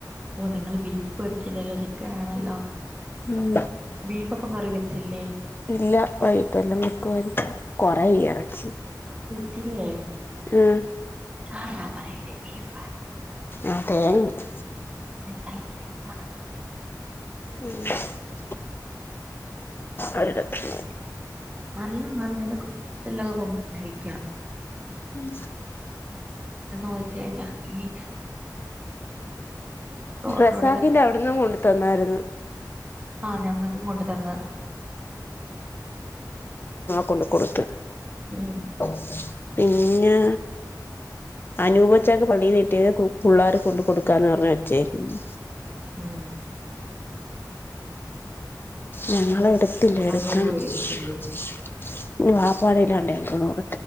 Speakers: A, on the right; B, on the left.
A: ഓ നിങ്ങള് ബീഫ് വേടിച്ചില്ലല്ലോ ചിക്കൻ ആണല്ലോ
B: ഉം
A: ബീഫ് അപ്പം കറി വെ തെല്ലേ
B: ഇല്ല വൈഗീട്ട് വല്ലോം വെക്കുവായിരിക്കും കുറെ ഇറച്ചി
A: ത്തിരിയേ
B: ആഹ്
A: ചാറ്ടാൻ പറയെടി ബീഫ്
B: അ തേന് ണ്ട്
A: <unintelligible>
B: ഉം അരി ലക്ഷ്മി
A: നല്ല കാണുന്നെതിനെ കൊറച്ചെല്ലതും കൊണ്ടരിക്ക
B: ഉം
A: ചോദിച്ച് കഴിഞ്ഞാൽ നീ ചോറിനോടൊക്കെ
B: അ റസാഖിന്റെ അവിടുന്നും കൊണ്ട് തന്നായിരുന്നു
A: ആഹ് ഞങ്ങക് ഇങ്ങോണ്ട തന്ന
B: കൊണ്ടു കൊടുത്ത്
A: ഉം
B: ഓ പിന്നെ അനൂപച്ചക്ക് പള്ളിന്ന്കിട്ടിയത് പു പിള്ളാര്ക് കൊണ്ട് കൊടുക്കാന്ന് പറഞ്ഞ് വെച്ചേക്കുന്നു
A: ഉം
B: ഞങ്ങള എടു പില്ലേടക്കം
A: അനൂപ്
B: <unintelligible>
A: മേടിച്ചില്ലേ